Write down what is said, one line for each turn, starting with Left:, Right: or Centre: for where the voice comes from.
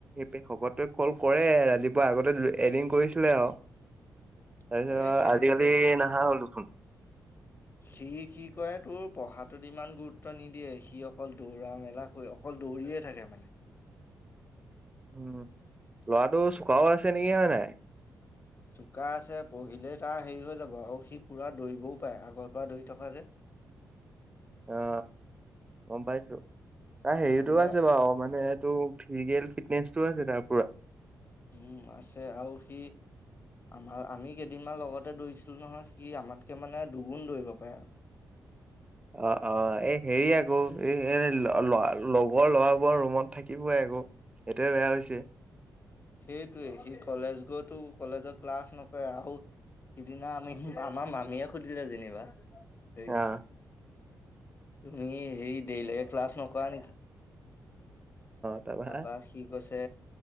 Right: সেই শকতে কল কৰে ৰাতিপুৱা আগতে ততে এদিন কৰিছিলে আৰু।
Left: <inaudible>
Right: তাৰপিছত
Left: এই সিহঁতে
Right: আজিকালি নহা হ'ল দেখোন।
Left: সি কি কয় তোৰ পঢ়াত ইমান গুৰুত্ব নিদিয়ে, সি অকল দৌৰা মেলাকৈ অকল দৌৰিয়ে থাকে মানে।
Right: উম লৰাটো চোকাও আছে নেকি হয় নাই?
Left: চোকা আছে পহিলেই তাৰ হেৰি হৈ যাব আৰু সি পুৰা দৌৰিবও পাৰে আগৰ পৰা দৌৰি থকা যে। <inaudible>
Right: অ অ গম পাইছো, তাৰ হেৰিটো
Left: মানে
Right: আছে বাৰু অ মানে ত ফিজিকেল ফিটনেচটো আছে তাৰ পুৰা।
Left: উম আছে আৰু সি আমাৰ আমি কেইদিনমান লগতে দৌৰিছিলোঁ নহয়, সি আমাতকে মানে দুগুণ দৌৰিব পাৰে।
Right: অ অ এই হেৰি আকৌ এ ল লগৰ লৰাবোৰ ৰুমত থাকিবই আকৌ। এইটোয়ে বেয়া হৈছে।
Left: সেইটোৱে সি কলেজ গৈতো কলেজত ক্লাছ নকৰে আহো সিদিনা আমি আমাৰ মামীয়ে সুধিলে যেনিবা সেই
Right: অ',
Left: তুমি সেই দেই লকে ক্লাছ নকৰা নেকি?
Right: তাৰপা
Left: তাৰপৰা সি কৈছে